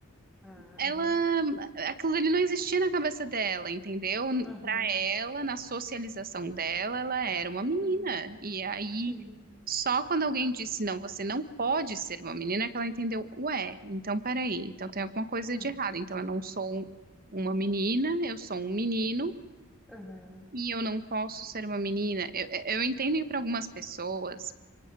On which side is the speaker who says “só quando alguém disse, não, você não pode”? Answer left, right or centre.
Right